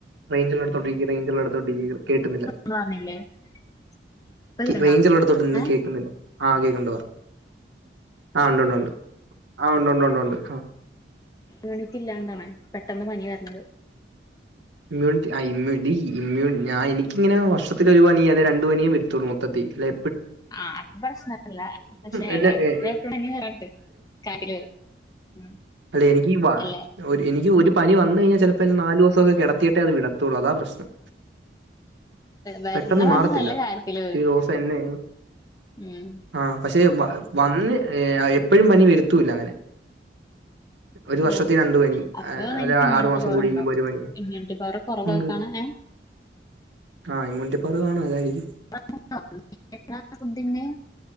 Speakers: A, on the right; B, on the left.
A: റേഞ്ചിള്ളോട്ത്തോട്ടിക്ക് റേഞ്ചിള്ളോട്ത്തോട്ടിക്ക് കേക്കുന്നില്ല
B: <unintelligible> ഇപ്പ കേൾക്കണ്ടാ
A: റേഞ്ചിള്ളോട്ത്തോട്ട് നിന്നെ
B: ഏഹ്
A: കേക്കുന്നില്ല ആഹ് കേക്കിണ്ട് പറ ആഹ് ഒണ്ടൊണ്ടൊണ്ട് ആഹ് ഒണ്ടൊണ്ട് ഒണ്ടൊണ്ട് ആഹ്
B: ഇമ്യൂണിട്ടില്ലാണ്ടാണ് പെട്ടെന്ന് പനി വര്ണത്
A: ഇമ്മ്യൂൺറ്റി ആഹ് ഇമ്മ്യു ഈ ഇമ്മ്യുൺ ഞാ എനിക്കിങ്ങന വർഷത്തില് ഒരു പനി അല്ലെ രണ്ട് പനിയേ വര്ത്തുള്ളൂ മൊത്തത്തി ലെ
B: ആഹ് അപ്പ പ്രശ്നല്ല പക്ഷേടാ
A: എന്നെ
B: എപ്പഴപ്പഴു
A: എ- എ-
B: മഞ്ഞു വഫണ്ട് കാറ്റില് ഉം
A: അല്ലേ എനിക്കി വ
B: അല്ലെ
A: ഒര് എനിക്ക് ഒരു പനി വന്ന്കഴിഞ്ഞ ചിലപ്പോ എന്നെ നാല് ദിവസൊക്കെ കെടത്തിയിട്ടെ അത് വിട ത്തൊള്ളൂ അതാ പ്രശ്നം
B: വരണ
A: പെട്ടെന്ന്
B: പനി
A: മാറത്തില്ല
B: നല്ല കാര്യത്തില്
A: ഇച്ചിരിദിവസം
B: വരും
A: എന്നെ
B: ഉം
A: ആഹ് പക്ഷെ വന്ന് എപ്പഴും പനി വരുത്തൂല്ല അങ്ങനെ ഒരു വർഷത്തി
B: ആഹ്
A: രണ്ട്പനി
B: അപ്പൊ നിനക്ക്
A: അല്ലെ
B: ഇമ്മ്യൂണിറ്റി
A: ആറു മാസം
B: പവർ
A: കൂടിയിക്കമ്പ
B: ഉണ്ടാവും
A: ഒരു പനി
B: ഇമ്മ്യൂണിറ്റി പവർ കുറവായിട്ടാണ്
A: ഉണ്ട്
B: ഏഹ്
A: ആഹ് ഇമ്യൂണിറ്റിപവറ് കാണു അതാരിക്കും
B: <unintelligible> ഫുണ്ടിന്